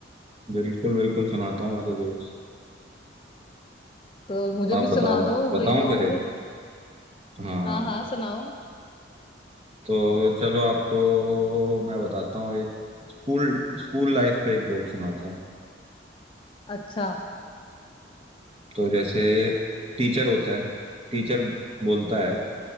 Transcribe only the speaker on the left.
तो मुझे
भी सुना
दो
कोई जोक
हाँ हाँ सुनाओ
अच्छा